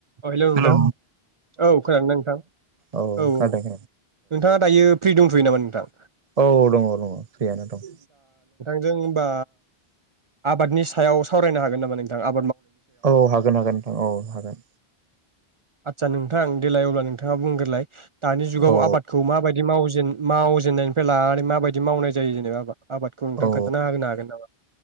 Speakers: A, on the right (about 55°); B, on the right (about 40°).
A: अ hello नोंथां
B: hello
A: औ खोनादोंना नोंथां
B: नोंथां
A: औ औ नोंथाङा दायो। फ्रि दंथ'यो नामा नोंथां?
B: औ दङ' दङ' फ्रियानो दं।
A: जों होनबा आबादनि सायाव सावरायनो हागोन नामा नोंथां आ
B: औ हागोन हागोन नोंथां औ हागोन।
A: आदसा नोंथां देलाय अब्ला नोंथाङा बुंग्रोलाय। दानि जुगाव
B: औ
A: आबादखौ माबायदि मावजेन मावजेननायनिफ्राय लानानै माबायदि मावनाय जायो जेनेबा। आबादखौ नोंथां
B: औ
A: खोन्थाना होनो हागोन नामा।